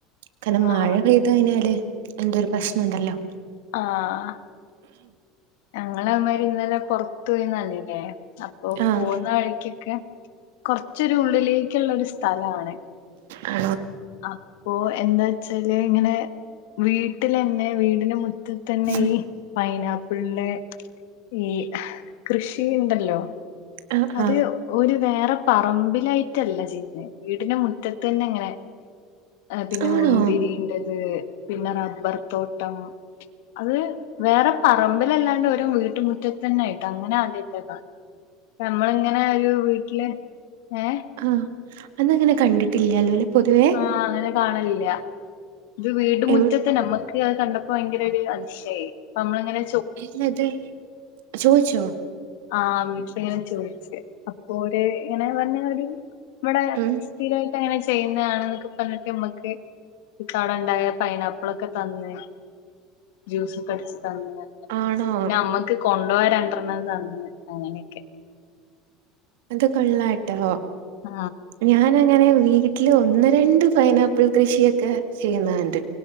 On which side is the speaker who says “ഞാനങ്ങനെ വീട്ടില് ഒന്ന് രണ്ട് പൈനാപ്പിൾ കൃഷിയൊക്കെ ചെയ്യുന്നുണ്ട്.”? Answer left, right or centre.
Right